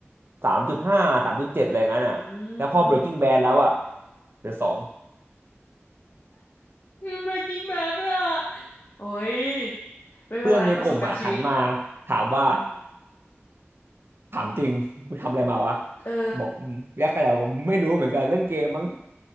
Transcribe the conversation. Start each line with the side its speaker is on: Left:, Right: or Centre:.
Right: สามจุดห้าสามจุดเจ็ดอะไรงั้นอ่ะแล้วพอ
Left: อื
Right: Breaking
Left: ม
Right: Bad แล้วอ่ะเหลือสอง
Left: มี Breaking Bad ด้วยอ่ะโอ้ยไม่เป็นไรประสบการณ์ชีวิต
Right: เพื่อนในกลุ่มอ่ะหันมาถามว่า
Left: อืม
Right: ถามจริงมึงทำอะไรมาวะ
Left: เออ
Right: บอกอืมแยกกันแล้วผมไม่รู้เหมือนกันเล่นเกมมั้ง